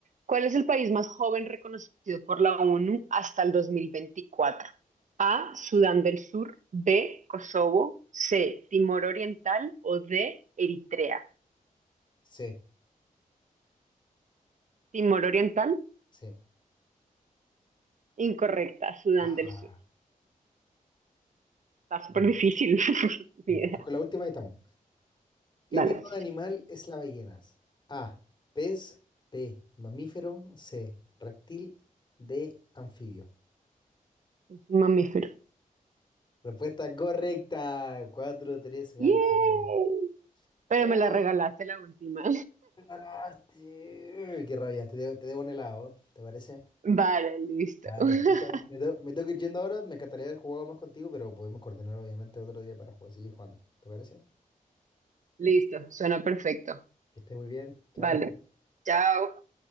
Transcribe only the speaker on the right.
¿Cuál es el país más joven reconocido por la ONU hasta el 2024? A, Sudán del Sur, B, Kosovo, C, Timor Oriental o D, Eritrea.
Timor Oriental,
incorrecta, Sudán
del Sur. Está súper
difícil. <laughs>
Ni idea.
Dale,
es un mamífero.
¡Yay! Pero
me la regalaste la última.
<laughs> Vale, listo.
<laughs>
Listo, suena perfecto.
Vale. Chao.